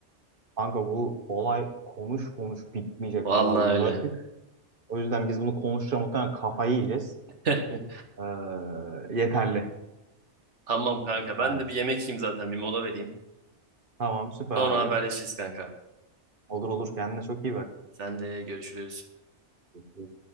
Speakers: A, on the right (about 45°); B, on the right (about 70°).
A: kanka bu olay konuş konuş bitmeyecek
B: Vallahi
A: kadar ucu
B: öyle.
A: açık. O yüzden biz bunu konuşacağız muhtemelen kafayı yiyeceğiz.
B: <laughs>
A: Ee, yeterli
B: Tamam kanka ben
A: yani.
B: de bir yemek yiyeyim zaten bir mola vereyim.
A: Tamam süper
B: Sonra
A: abi.
B: haberleşiriz kanka.
A: Olur olur kendine çok iyi
B: Sen de görüşürüz.
A: bak.